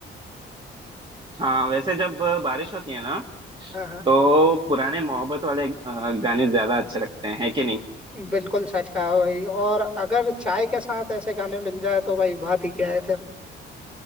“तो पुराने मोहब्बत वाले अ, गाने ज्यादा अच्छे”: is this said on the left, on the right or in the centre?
Right